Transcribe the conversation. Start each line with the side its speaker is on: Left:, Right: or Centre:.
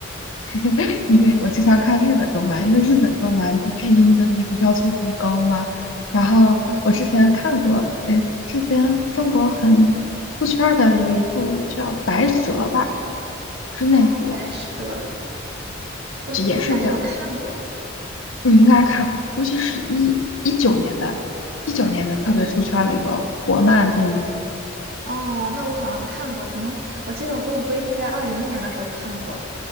Left: <laughs> 因为我经常看日本动漫，因为日本动漫对配音的那个要求很高嘛。然后我之前看过，
Right: 嗯，
Left: 哎，之前中国很出圈儿的有一部叫《白蛇》吧，是那部，
Right: 哦，白蛇，我怎么感觉我看过？
Left: 也是讲你应该看，估计是一一九年的，一九年的特别出圈儿的一个国漫电影。
Right: 哦，那我好像看过，可能我记得我跟我闺蜜在二零年的时候看过。